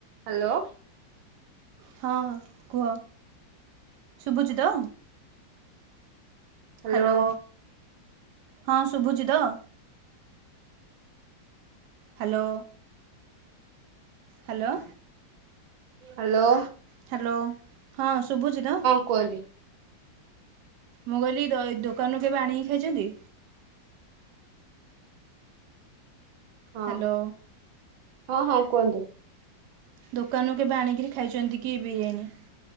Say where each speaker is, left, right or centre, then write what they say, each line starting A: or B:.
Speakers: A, on the right (about 85°); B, on the right (about 70°).
A: ହାଲୋ।
B: ହଁ ହଁ କୁହ। ଶୁବୁଚିତ?
A: ହ୍ୟାଲୋ
B: ହାଲୋ ହଁ ଶୁଭୁଚିତ? ହାଲୋ। ହ୍ୟାଲୋ।
A: ହାଲୋ।
B: ହ୍ୟାଲୋ ହଁ ଶୁଭୁଛି ତ?
A: <unintelligible>
B: ମୁଁ କହିଲି ଦ ଏ ଦୋକାନୁରୁ କେବେ ଆଣିକି ଖାଇଚନ୍ତି?
A: ହଁ
B: ହ୍ୟାଲୋ
A: ହଁ ହଁ କୁଅନ୍ତୁ।
B: ଦୋକାନାରୁ କେବେ ଆଣିକିରି ଖାଇଚନ୍ତି କି ବିରିୟାନୀ?